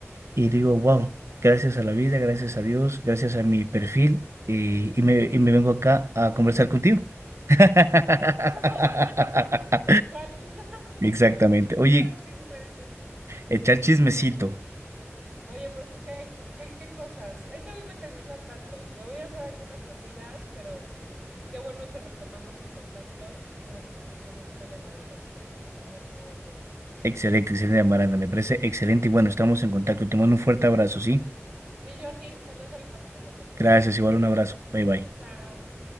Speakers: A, on the right; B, in the centre.
A: y digo, wow, gracias a la vida, gracias a Dios, gracias a mi perfil, eh, y, me, y me vengo acá a conversar contigo. <laughs>
B: <laughs> Tal cual. <laughs>
A: Exactamente.
B: Echar
A: Oye,
B: chisme, dices.
A: echar chismecito.
B: Oye, pues qué, qué, qué cosas. Ahí te voy manteniendo al tanto. Me voy a hacer algunas cosillas, pero qué bueno que retomamos el contacto y a ver si nos echamos una llamadita en la semana para ver cómo va todo.
A: Excelente, excelente, Amaranda, me parece excelente y bueno, estamos en contacto. Te mando un fuerte abrazo, ¿sí?
B: Y yo a ti, saludos a la familia también.
A: Gracias, igual un abrazo. Bye bye.
B: Chao.